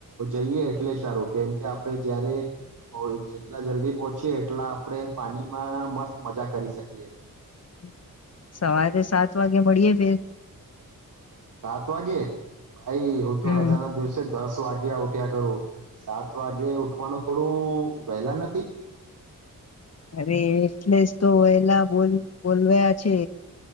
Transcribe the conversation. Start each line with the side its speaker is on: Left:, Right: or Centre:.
Right: જઈએ, એટલે સારું કેમ કે આપડે જયારે, જેટલા જલ્દી પહોંચીએ એટલા આપડે પાણીમાં મસ્ત મજા કરી શકીએ.
Left: હમ. સવારે સાત વાગે મળીએે ફેર.
Right: સાત વાગે. ભાઈ હું,
Left: હમ
Right: તો રજા ના દિવસે દસ ત વાગ્યા ઉઠ્યા કરું સાત વાગ્યે, ઉઠવાનું થોડું વહેલા નથી.
Left: અરે એટલે જ તો વહેલા બોલું બોલવાયા છે.